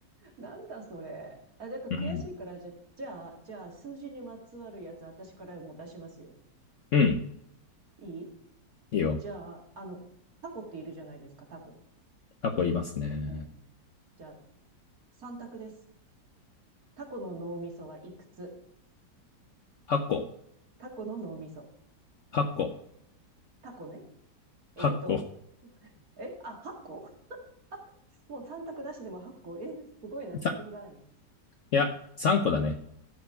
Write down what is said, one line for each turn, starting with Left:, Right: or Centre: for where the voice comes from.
Right: なんだそれ。あ、だから悔しいから、
Left: うん。
Right: じゃ、じゃあ、じゃあ、数字にまつわるやつ、私からもう出しますよ。
Left: うん。
Right: いい
Left: いいよ。
Right: じゃあ、あの、タコっているじゃないですか、タコ。
Left: タコ言いますね。
Right: うん。じゃあ、三択です。タコの脳みそはいくつ
Left: 8個。
Right: タコの脳みそ。
Left: 8個。
Right: タコね。えっ、
Left: 8個。
Right: ーと、え、あ、8個あもう3択なしでも8個。え、すごいな、自信がある。
Left: さ、いや、3個だね。